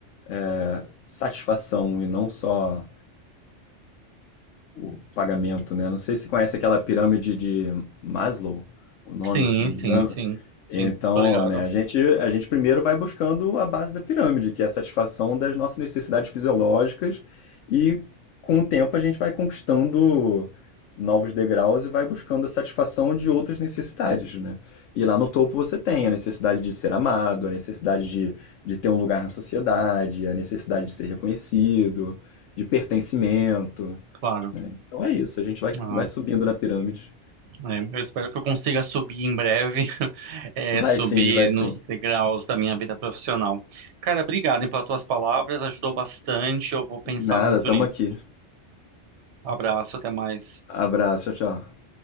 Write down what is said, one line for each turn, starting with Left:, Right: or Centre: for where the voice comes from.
Left: é, satisfação e não só o pagamento, né? Não sei se você conhece aquela pirâmide de Maslow, o nome,
Right: Sim,
Left: se não me
Right: sim,
Left: engano.
Right: sim, sim,
Left: Então,
Right: tô ligado,
Left: né, a gente, a gente primeiro vai buscando a base da pirâmide, que é a satisfação das nossas necessidades fisiológicas, e com o tempo a gente vai conquistando novos degraus e vai buscando a satisfação de outras necessidades, né? E lá no topo você tem a necessidade de ser amado, a necessidade de, de ter um lugar na sociedade, a necessidade de ser reconhecido, de pertencimento,
Right: claro.
Left: né? Então é isso, a gente vai,
Right: Ah.
Left: vai subindo na pirâmide.
Right: É, eu espero que eu consiga subir em breve, <laughs> é,
Left: Vai
Right: subir
Left: sim, vai sim.
Right: nos degraus da minha vida profissional. Cara, obrigado, hein, pelas tuas palavras, ajudou bastante. Eu vou pensar
Left: Nada,
Right: muito
Left: tamo
Right: nisso.
Left: aqui.
Right: Abraço, até mais.
Left: Abraço, tchau, tchau.